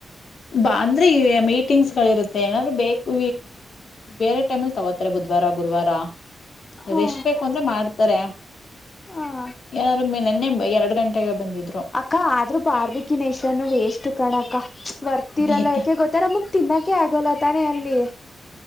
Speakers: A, on the left; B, on the left.
A: ಬಾ ಅಂದ್ರೆ ಈ ಮೀಟಿಂಗ್ಸ್ ಗಳು ಇರುತ್ತೆ ಏನಾದ್ರು ಬೇಕಕ್ ಬೇರೆ ಟೈಮ್ಲ್ಲಿ ತಗೋತಾರೆಬಹ ಗುದ್ವಾರ ಗುರುವವಾರಾ
B: ಹಾ
A: ಎಷ್ಟ್ ಬೇಕು ಅಂದ್ರೆ ಮಾಡ್ತಾರೆ
B: ಹಾ
A: ಏನಾದಾರು ನೆನ್ನೆ ಎರಡು ಗಂಟೆಗೆ ಬಂದಿದ್ದಿದೆ
B: ಅಕ್ಕ ಆದ್ರೂ ಬಾರ್ಬಿಕಿನೇಶನು ವೇಷ್ಟಟ್ ಕಣಕ್ಕ ಬರ್ತಿರಲ್ಲ
A: ಏಕೆ
B: ಯಾಕೆ ಗೊತ್ತ ನಮಗ್ ತಿನ್ನೋಕೆ ಆಗಲ್ಲ ತಾನೇ ಅಲ್ಲಿ